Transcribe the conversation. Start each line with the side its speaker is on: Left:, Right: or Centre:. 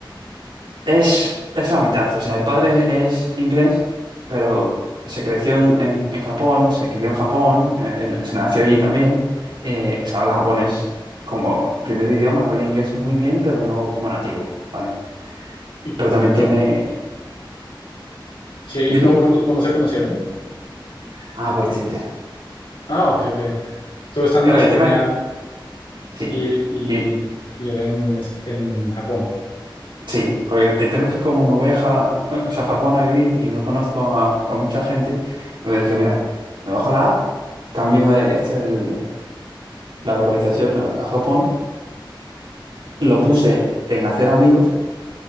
Right: Es, es la mitad. O sea, el padre es inglés, pero se creció en, en- en Japón, se crió en Japón, eh, en- se nació allí también. Eh, o sea, habla japonés como primer idioma, habla inglés muy bien, pero no como nativo, ¿vale?
Left: ¿Y,
Right: Pero también
Left: y co-
Right: tiene.
Left: sí, ¿y
Right: Dime.
Left: cómo, cómo- cómo se conocieron?
Right: Ah, por Tinder.
Left: Ah, ok, ok. Todos están
Right: Claro,
Left: en España
Right: el tema es... Sí,
Left: y, y,
Right: sí,
Left: y él en, es- en Japón.
Right: sí, porque el tema es que como me voy a, Ja- o sea, a Japón a vivir y no conozco a, a mucha gente, me dije, mira, me bajo la app, cambio eh, esta el- la localización a, a Japón, lo puse en hacer amigos